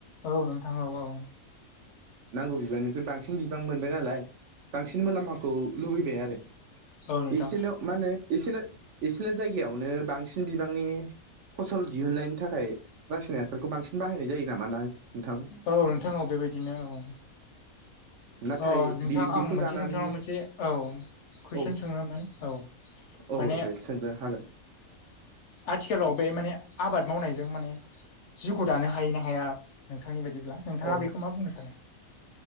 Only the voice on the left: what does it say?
औ नोंथां औ औ।
औ नोंथां
औ नोंथां औ बेबायदिनो औ।
अ नोंथां
आं मोनसे
नोंथांनाव मोनसे औ कुइसन
सोमोन औ।
माने
आथिखालाव बे माने आबाद मावनायजों माने जिउखौ दानो हायो ना हाया नोंथांनि बायदिब्ला नोंथाङा
बेखौ मा बुंनो सानो?